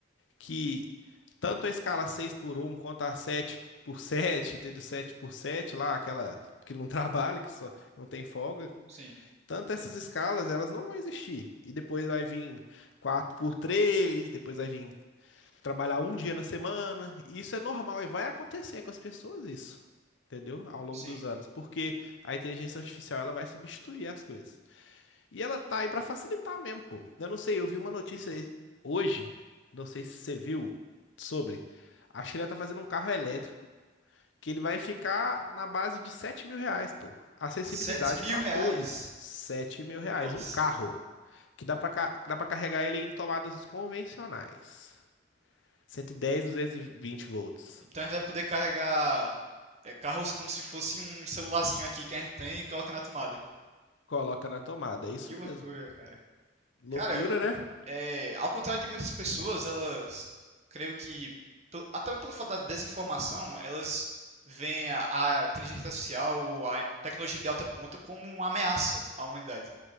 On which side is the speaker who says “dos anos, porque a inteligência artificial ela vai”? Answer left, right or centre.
Left